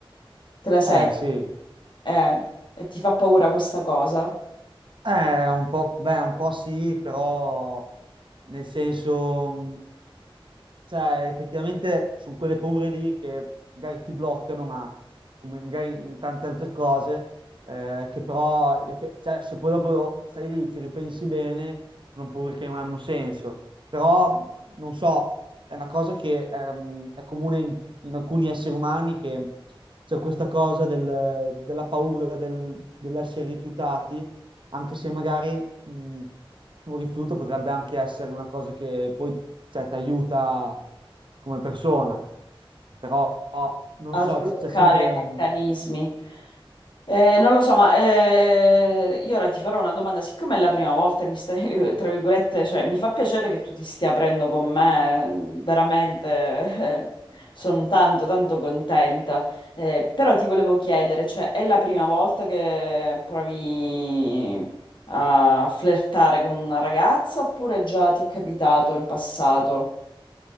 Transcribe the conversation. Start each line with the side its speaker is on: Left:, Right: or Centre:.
Left: te la sei,
Right: Eh, sì.
Left: eh, e ti fa paura questa cosa.
Right: Eh, un po', beh, un po' sì, però nel senso, mh, cioè, effettivamente sono quelle paure lì che magari ti bloccano, ma come magari in tante altre cose, eh, che però, eff- cioè, se poi dopo stai lì, ci ripensi bene, sono paure che non hanno senso. Però, non so, è una cosa che ehm, è comune in, in alcuni esseri umani che c'è questa cosa del- della paura del- dell'essere rifiutati anche se magari mh, un rifiuto potrebbe anche essere una cosa che poi cioè, ti aiuta come persona. Però non
Left: a
Right: so,
Left: sbloccare
Right: c- c'è sempre,
Left: i meccanismi. Eh, non lo so, ma eh, io ora ti farò una domanda. Siccome è la prima volta e mi stai, <laughs> tra virgolette, cioè, mi fa piacere che tu ti stia aprendo con me, mm, veramente, <laughs> sono tanto, tanto contenta. Eh, però ti volevo chiedere, cioè, è la prima volta che provi a flirtare con una ragazza oppure già ti è capitato in passato?